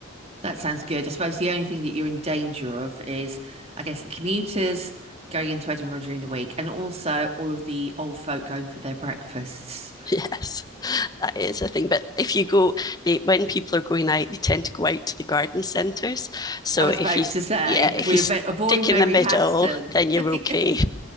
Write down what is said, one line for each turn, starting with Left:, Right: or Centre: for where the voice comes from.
Right: That sounds good. I suppose the only thing that you're in danger of is, I guess, the commuters going into Edinburgh during the week and also all of the old folk going for their breakfasts.
Left: <laughs> Yes, that is a thing. But if you go, they when people are going out, they tend to go out to the garden centres. So
Right: I was
Left: if
Right: about
Left: you,
Right: to say,
Left: yeah, if
Right: if we
Left: you stick
Right: avo avoid Mary
Left: in the middle,
Right: Hatton.
Left: then you're
Right: <laughs>
Left: okay.